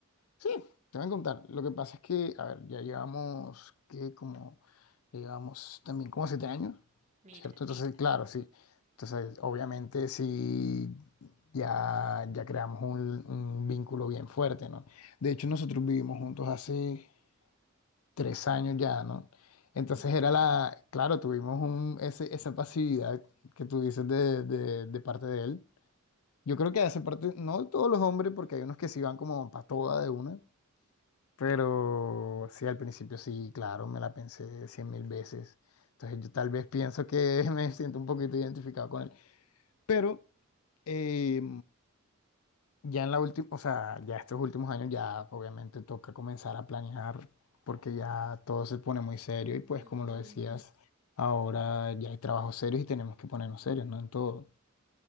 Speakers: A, on the left; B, on the right.
A: Sí, te voy a contar. Lo que pasa es que, a ver, ya llevamos, que como, ya llevamos también como siete años,
B: mira.
A: ¿cierto? Entonces, claro, sí. Entonces, obviamente, sí, ya, ya creamos un, un vínculo bien fuerte, ¿no? De hecho, nosotros vivimos juntos hace tres años ya, ¿no? Entonces
B: Ujú,
A: era la, claro, tuvimos un, ese, esa pasividad que tú dices de, de, de parte de él. Yo creo que hace parte, no de todos los hombres, porque hay unos que sí van como para toda de una, pero sí, al principio sí, claro, me la pensé cien mil veces. Entonces yo tal vez pienso que <laughs> me siento un poquito identificado con él. Pero eh, ya en la última, o sea, ya estos últimos años ya obviamente toca comenzar a planear porque ya todo se pone muy serio y pues
B: ujú.
A: como lo decías, ahora ya hay trabajos serios y tenemos que ponernos serios, ¿no? En todo.